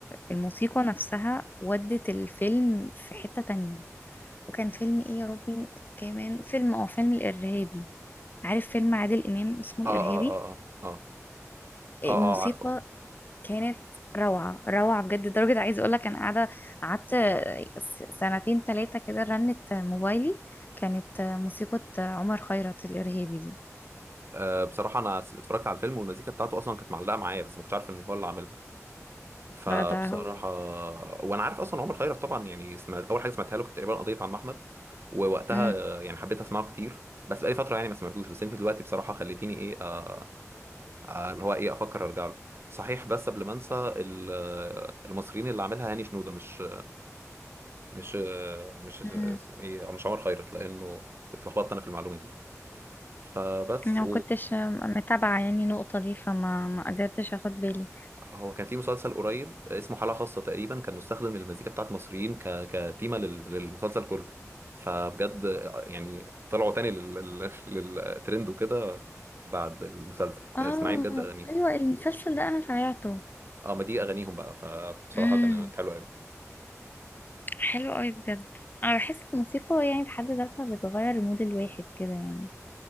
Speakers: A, on the left (about 35°); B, on the right (about 45°).
A: الموسيقى نفسها ودت الفيلم في حتة تانية وكان فيلم ايه يا ربي كمان فيلم اه فيلم الإرهابي عارف فيلم عادل إمام اسمه الإرهابي
B: اه اه اه اه اه
A: الموسيقى
B: اه, آه عارفه آه.
A: كانت روعة روعة بجد لدرجة عايزة اقولك انا قاعدة قعدت س- سنتين تلاتة كده رنت موبايلي كانت موسيقى عمر خيرت الإرهابي دي
B: أه بصراحة أنا س- اتفرجت على الفيلم والمزيكا بتاعته أصلا كانت معلقة معايا بس ما كنتش عارف إن هو اللي عاملها فبصراحة
A: ده ده هو
B: وأنا عارف أصلا عمر خيرت طبعا يعني سمعت أول حاجة سمعتها له كانت تقريبا قضية عم أحمد ووقتها
A: امم
B: آه، يعني حبيت أسمعه كتير بس بقالي فترة يعني ما سمعتوش بس أنت دلوقتي بصراحة خليتيني إيه آه، آه، اللي هو إيه أفكر أرجع له صحيح بس قبل ما أنسى ال- آه، المصريين اللي عاملها هاني شنودة مش مش آه، مش
A: امم
B: اسمه إيه مش عمر خيرت لأنه كنت لخبطت أنا في المعلومة دي فبس
A: انا ما كنتش متابعة يعني النقطة دي فما ما قدرتش اخد بالي
B: هو كان في مسلسل قريب اسمه حالة خاصة تقريبا كان مستخدم المزيكا بتاعت مصريين ك... كتيمة لل... للمسلسل كله فبجد يعني طلعوا تاني لل... لل... للترند وكده بعد المسلسل
A: اه
B: اسمعي بجد أغانيه
A: ايوه المسلسل ده انا سمعته
B: اه ما دي أغانيهم بقى فبصراحة
A: امم
B: كانت حلوة أوي
A: حلو قوي بجد انا بحس الموسيقى يعني في حد ذاتها بتغير مود الواحد كده يعني